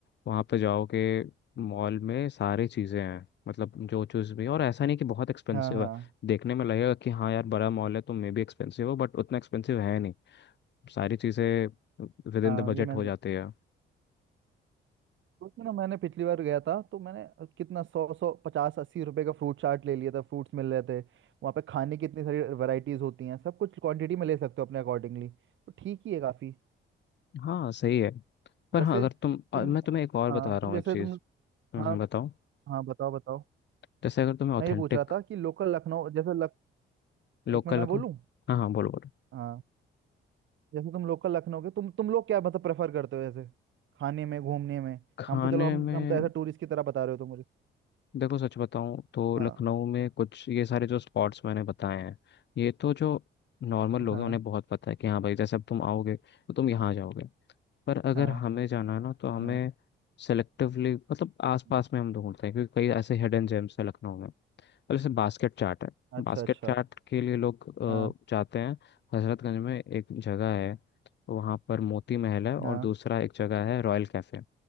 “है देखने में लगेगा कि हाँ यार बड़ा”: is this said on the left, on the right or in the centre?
Left